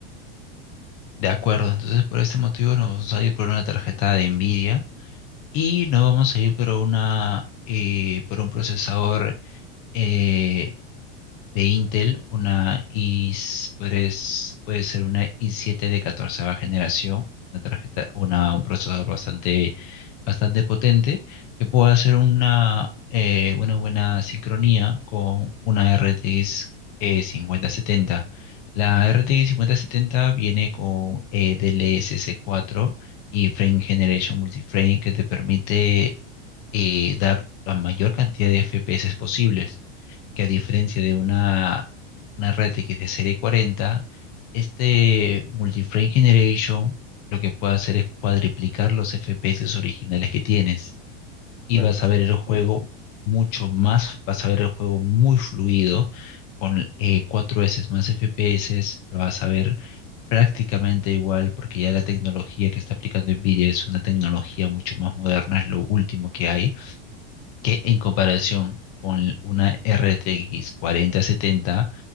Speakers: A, on the left; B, on the left.
A: De acuerdo, entonces por este motivo nos vamos a ir por una tarjeta de Nvidia y nos vamos a ir por una eh, por un procesador eh, de Intel, una i, s- puede ser una i7 de 14 generación, una tarjeta, una, un procesador bastante, bastante potente, que pueda hacer una, eh, una buena sincronía con una RTX eh, 5070. La RTX 5070 viene con eh, DLSS 4 y Frame Generation Multiframe que te permite eh, dar la mayor cantidad de FPS posibles, que a diferencia de una, una red RTX de serie 40, este Multiframe Generation lo que puede hacer es cuadriplicar los FPS originales que tienes y
B: Me
A: vas
B: parece
A: a ver el
B: perfecto.
A: juego mucho más, vas a ver el juego muy fluido con eh, cuatro veces más FPS, lo vas a ver prácticamente igual porque ya la tecnología que está aplicando Nvidia es una tecnología mucho más moderna, es lo último que hay que en comparación con una RTX 4070,